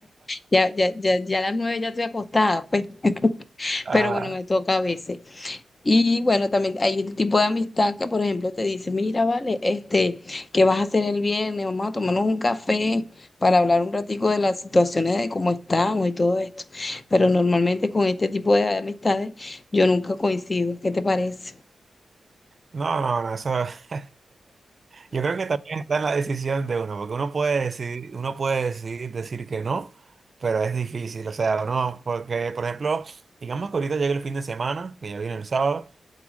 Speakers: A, on the left (about 35°); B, on the right (about 50°).
A: Ya, ya, ya, ya a las 9 ya estoy acostada, pues. <laughs>
B: Ah,
A: Pero bueno, me toca a veces. Y bueno, también hay el tipo de amistad que, por ejemplo, te dice, mira, vale, este, ¿qué vas a hacer el viernes? Vamos a tomarnos un café para hablar un ratico de las situaciones de cómo estamos y todo esto. Pero normalmente con este tipo de amistades yo nunca coincido. ¿Qué te parece?
B: no, no, no, eso. <laughs> Yo creo que también está en la decisión de uno, porque uno puede decidir, uno puede decidir decir que no, pero es difícil, o sea, no, porque, por ejemplo, digamos que ahorita llega el fin de semana, que ya viene el sábado.